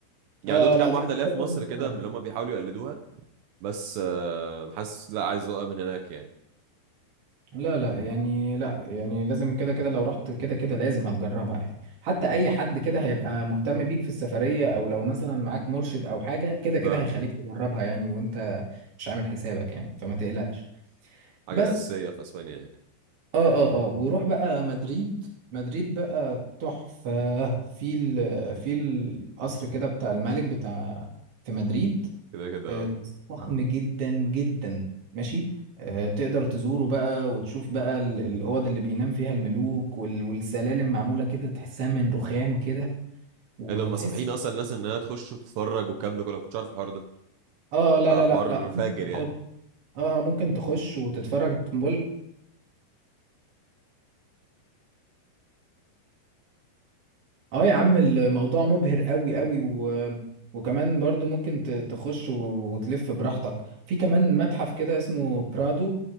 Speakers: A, on the right; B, on the right.
A: يعني
B: اه
A: دوت كام
B: لا دي
A: واحدة
B: كنت
A: ليا في مصر
B: لازم تجربها
A: كده اللي هم بيحاولوا يقلدوها بس آه، حاسس لا عايز ادوقها من هناك يعني
B: لا لا يعني لا يعني لازم كده كده لو رحت كده كده لازم هتجربها يعني حتى اي حد كده هيبقى مهتم بيك في السفرية او لو مثلا معاك مرشد او حاجة كده كده
A: اه
B: هيخليك تجربها يعني وانت مش عامل حسابك يعني فما تقلقش
A: حاجة
B: بس
A: أساسية في اسبانيا يعني
B: اه اه اه وروح بقى مدريد مدريد بقى تحفة في ال في القصر كده بتاع الملك بتاع في مدريد
A: كده كده
B: آه،
A: اه
B: فخم جدا جدا ماشي آه، تقدر تزوره بقى وتشوف بقى ال- الأوض اللي بينام فيها الملوك وال- والسلالم معمولة كده تحسها من رخام كده وتحس
A: ايه ده هم سامحين اصلا الناس انها تخش وتتفرج والكلام ده كله ما كنتش عارف الحوار ده
B: اه آه، لا
A: آه،
B: لا
A: حوار
B: لا لا
A: فاجر
B: ممكن تخش
A: يعني
B: اه ممكن تخش وتتفرج بقول اه يا عم الموضوع مبهر قوي قوي و... وكمان برضو ممكن ت- تخش و- وتلف براحتك في كمان متحف كده اسمه برادو